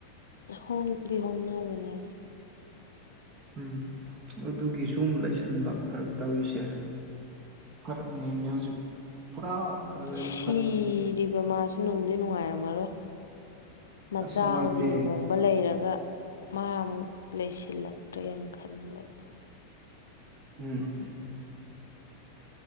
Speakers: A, on the left; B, on the right.
A: ꯍꯣꯡꯗꯤ ꯍꯣꯡꯅꯕꯅꯦ
B: ꯎꯝ ꯑꯗꯨꯒꯤ ꯁꯨꯝ ꯂꯩꯁꯟꯕ ꯐꯔꯛ ꯇꯧꯔꯤꯁꯦ ꯐꯔꯛꯅꯦꯃꯦ ꯍꯧꯖꯤꯛ ꯄꯨꯔꯥ ꯐꯔꯛ ꯍꯥꯏꯕꯨ
A: ꯁꯤꯔꯤꯕ
B: ꯐꯔꯛꯅꯦꯃꯤ
A: ꯃꯥꯁꯨ ꯅꯨꯡꯗꯤ ꯅꯨꯡꯉꯥꯏꯔꯝꯃꯔꯣꯏ ꯃꯆꯥ
B: ꯑꯁ ꯅꯨꯡꯉꯥꯏꯇꯦ
A: ꯑꯃꯒꯤ ꯂꯨꯍꯣꯡꯕ ꯂꯩꯔꯒ ꯃꯥ ꯑꯃꯨꯛ ꯂꯩꯁꯤꯜꯂꯛꯇ꯭ꯔꯦꯅ ꯈꯟꯕꯗ
B: ꯎꯝ